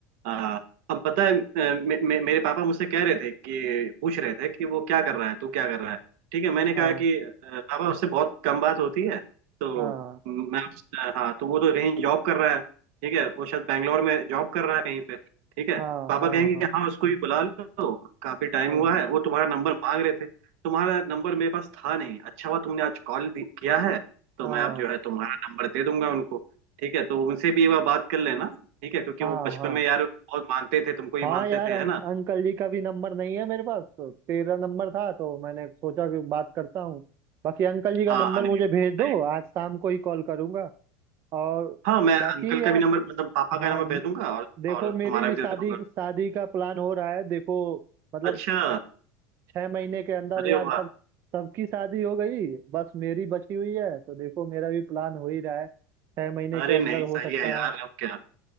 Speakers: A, on the right (about 70°); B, on the right (about 35°).
A: हाँ अब पता है अ, मे, मे, मेरे पापा मुझसे कह रहे थे कि पूछ रहे थे कि वो क्या कर रहा है तू क्या कर रहा है ठीक है मैंने
B: हाँ
A: कहा कि अ, पापा उससे बहुत कम बात होती है तो
B: हाँ
A: मैं उस- हाँ तो वो तो कहीं जॉब कर रहा है ठीक है वो शायद बैंगलोर में जॉब कर रहा है कहीं पे ठीक है
B: हाँ
A: पापा
B: हाँ
A: कहेंगे
B: हाँ
A: कि हाँ उसको भी बुला लो काफी टाइम
B: हाँ
A: हुआ है वो तुम्हारा नंबर मांग रहे थे तुम्हारा नंबर मेरे पास था नहीं अच्छा हुआ तुमने आज कॉल किया है तो
B: हाँ
A: मैं अब जो है तुम्हारा नंबर दे दूंगा उनको ठीक है तो उनसे भी एक बार बात कर लेना ठीक है क्योंकि
B: हाँ
A: वो बचपन
B: हाँ
A: में यार बहुत मानते थे तुमको ही
B: हाँ
A: मानते
B: यार
A: थे
B: अं,
A: है ना
B: अंकल जी का भी नंबर नहीं है मेरे पास तो तेरा नंबर था तो मैंने सोचा कि बात करता हूँ बाकी अंकल जी का
A: हाँ
B: नंबर
A: हाँ नहीं
B: मुझे
A: नहीं
B: भेज दो
A: सही है।
B: आज शाम को ही कॉल करूँगा और
A: हाँ मैं अंकल
B: बाकी
A: का
B: यार
A: भी नंबर मतलब पापा का
B: हाँ
A: नंबर भेज दूंगा और
B: देखो
A: और
B: मेरी
A: तुम्हारा
B: भी
A: भी
B: शादी
A: दे दूंगा
B: शादी का प्लान हो रहा है देखो मतलब
A: अच्छा
B: छह महीने के अंदर
A: अरे
B: यार
A: वाह
B: सब सबकी शादी हो गई बस मेरी बची हुई है तो देखो मेरा भी प्लान हो ही रहा है छह महीने
A: अरे
B: के अंदर
A: नहीं सही
B: हो सकता
A: है यार
B: है
A: अब क्या